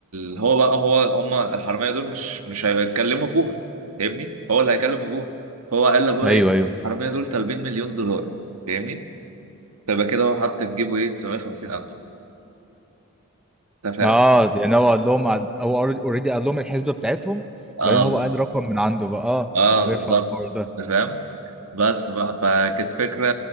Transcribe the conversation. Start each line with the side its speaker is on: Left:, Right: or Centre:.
Right: ال... هو بقى هو هم الحراميه دول مش مش هيكلموا ابوها فاهمني هو اللي هيكلم ابوها فهو قال لابوها
Centre: ايوه
Right: ايه
Centre: ايوه
Right: الحراميه دول طالبين مليون دولار فاهمني فبقى كده هو حط في جيبه ايه 950 الف انت فاهم
Centre: اه يعني هو قال لهم على- هو اوريدي قال لهم الحسبه بتاعتهم
Right: اه
Centre: بعدين هو قال رقم من عنده بقى اه
Right: اه
Centre: عارفها
Right: بالظبط
Centre: الحوار ده
Right: انت فاهم بس بقى فكانت فكره